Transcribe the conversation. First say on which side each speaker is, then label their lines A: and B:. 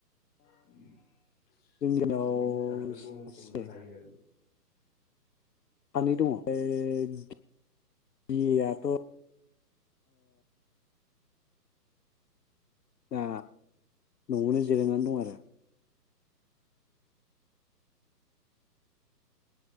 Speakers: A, on the left; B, on the left.
A: <unintelligible>
B: जोंनि गामियाव
A: सुबुं सानखोखौ
B: सासे
A: हमनो हायो आरो
B: सानै दङ फाय बि बि ए आथ ओ दा नआवनो जिरायनानै दं आरो